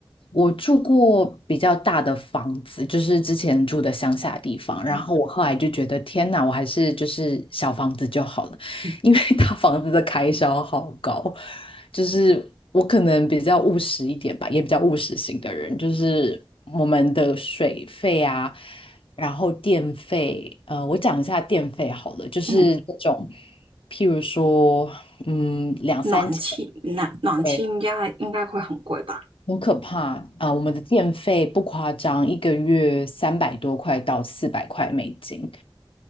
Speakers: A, on the left; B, on the right.
A: 我住过比较大的房子，就是之前住的乡下地方，然后我后来就觉得天哪，
B: 嗯
A: 我还是就是小房子就好了，
B: 嗯。
A: 因为 <laughs> 大房子的开销好高，就是我可能比较务实一点吧，也比较务实型的人，就是我们的水费啊，然后电费，呃，我讲一下电费好了，就是那种
B: 嗯
A: 譬如说，嗯，两三千。
B: 暖气暖暖气应该应该会很贵吧？
A: 对。很可怕啊，我们的电费不夸张，一个月三百多块到四百块美金，